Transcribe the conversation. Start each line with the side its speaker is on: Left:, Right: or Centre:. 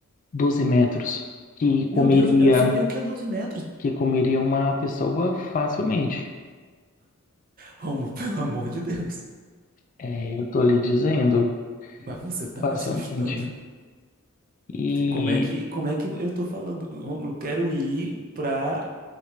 Left: 12 metros, que comeria,
Right: Meu Deus, eu não sei nem o que é 12 metros.
Left: que comeria uma pessoa facilmente.
Right: Romulo, <laughs> pelo amor de Deus.
Left: É, eu tô lhe dizendo,
Right: Mas você tá
Left: facilmente.
Right: me assustando.
Left: E
Right: Como é que, como é que eu tô falando? Romulo, quero ir pra...